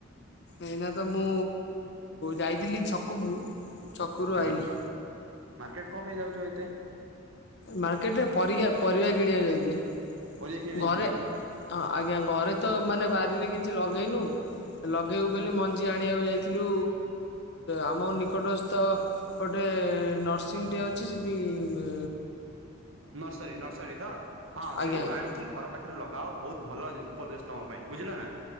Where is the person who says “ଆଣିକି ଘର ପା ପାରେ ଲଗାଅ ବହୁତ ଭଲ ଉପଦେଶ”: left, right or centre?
Right